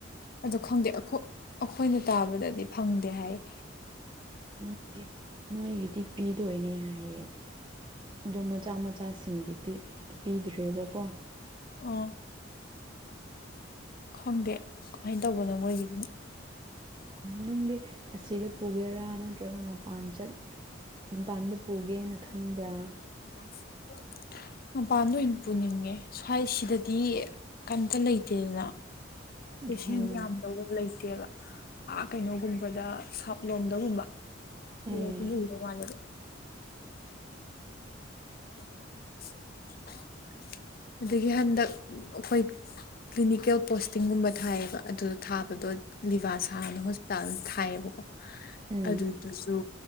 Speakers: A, on the left; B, on the right.
A: ꯑꯗꯣ ꯈꯪꯗꯦ ꯑꯩꯈꯣꯏꯅ ꯇꯥꯕꯗꯗꯤ ꯐꯪꯗꯦ ꯍꯥꯏꯌꯦ
B: ꯅꯣꯏꯒꯤꯗꯤ ꯅꯣꯏꯒꯤꯗꯤ ꯄꯤꯗꯣꯏꯅꯦ ꯍꯥꯏꯌꯦ ꯑꯗꯣ ꯃꯆꯥ ꯃꯆꯥꯁꯤꯡꯒꯤꯗꯤ ꯄꯤꯗ꯭ꯔꯦꯕꯀꯣ
A: ꯑꯣ ꯈꯪꯗꯦ ꯀꯃꯥꯏꯅ ꯇꯧꯕꯅꯣ ꯃꯣꯏꯒꯤꯗꯨ
B: ꯅꯪꯗꯤ ꯑꯁꯤꯗ ꯄꯨꯒꯦꯔꯥ ꯅꯠꯇ꯭ꯔꯒ ꯃꯄꯥꯟ ꯆꯠ ꯃꯄꯥꯟꯗ ꯄꯨꯒꯦꯅ ꯈꯟꯕ꯭ꯔꯥ
A: <unintelligible> ꯃꯄꯥꯟꯗ ꯑꯣꯏꯅ ꯄꯨꯅꯤꯡꯉꯦ ꯁ꯭ꯋꯥꯏ ꯁꯤꯗꯗꯤ ꯀꯝꯇ ꯂꯩꯇꯦꯗꯅ ꯄꯦꯁꯦꯟ
B: ꯍꯣꯏ
A: ꯌꯥꯝ ꯂꯩꯇꯦꯕ ꯑꯥ ꯀꯩꯅꯣꯒꯨꯝꯕꯗ ꯁꯥꯎꯠ ꯂꯣꯝꯗꯒꯨꯝꯕ <unintelligible>
B: ꯎꯝ
A: <unintelligible> ꯑꯗꯒꯤ ꯍꯟꯗꯛ ꯑꯩꯈꯣꯏ ꯀ꯭ꯂꯤꯅꯤꯀꯦꯜ ꯄꯣꯁꯇꯤꯡꯒꯨꯝꯕ ꯊꯥꯏꯌꯦꯕ ꯑꯗꯨꯗ ꯊꯥꯕꯗꯣ ꯂꯤꯚꯁꯥꯅ ꯍꯣꯁꯄꯤꯇꯥꯜ ꯊꯥꯏꯌꯦꯕꯀꯣ
B: ꯎꯝ
A: ꯑꯗꯨꯗꯨꯁꯨ